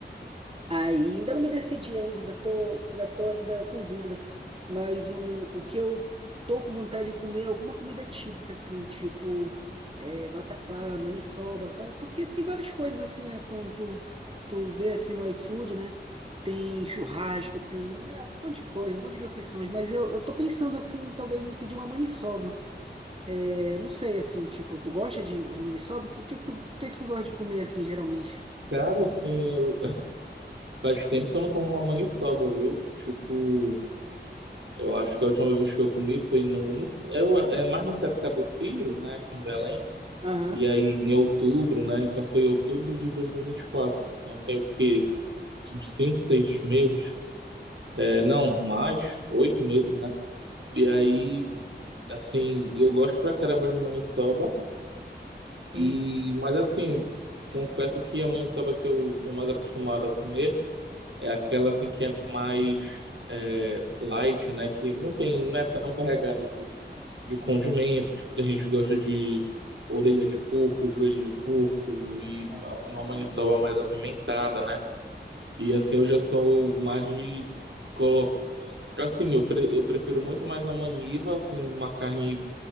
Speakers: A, on the right; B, on the right.
A: Aí ainda não me decidi ainda, ainda tô, ainda tô ainda com dúvida. Mas o, o que eu tô com vontade de comer é alguma comida típica, assim, tipo é, vatapá, maniçoba, sabe? Porque tem várias coisas assim, né? Quando tu, tu vê assim no iFood, né? Tem churrasco, tem é, um monte de coisa, um monte de opções. Mas eu, eu tô pensando assim, talvez em pedir uma maniçoba. É, não sei, assim, tipo, tu gosta de, de maniçoba? O que, o que, que tu, o que que tu gosta de comer, assim, geralmente?
B: Cara, assim, eu- <laughs> faz tempo que eu não como uma maniçoba, viu? Tipo, Eu acho que a última vez que eu comi foi no, no- é, o- é mais nessa época do Círio, né, aqui em Belém,
A: Aham.
B: e aí em outubro, né, então foi outubro de 2024, então tem o que, uns 5, 6 meses, é, não, mais, oito meses,
A: Uhum.
B: né, e aí, assim, eu gosto pra caramba de maniçoba,
A: Ei.
B: e, mas assim, confesso que a maniçoba que eu tô mais acostumado a comer é aquela, assim, que é mais... é, light, né? Que não tem, não é tão carregada de de condimento. Tipo, tem gente que gosta de orelha de porco, joelho de porco e
A: Ah,
B: uma uma
A: sim.
B: maniçoba mais apimentada, né? E assim, eu já sou mais de colocar. Assim, eu, pre- eu prefiro muito mais a maniva, assim, uma carne